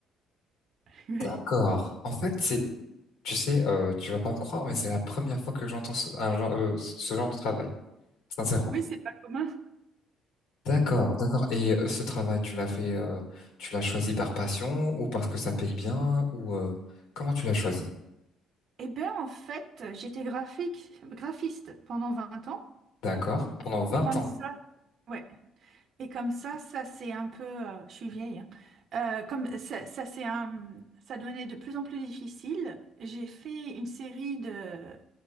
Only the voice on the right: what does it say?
<laughs>
Oui, c'est pas commun.
Eh bien, en fait, j'étais graphique, graphiste pendant 20 ans.
Comme
ça, ouais. Et comme ça, ça c'est un peu, euh, je suis vieille. hein. Euh, comme ça, ça c'est un, ça devenait de plus en plus difficile. J'ai fait une série de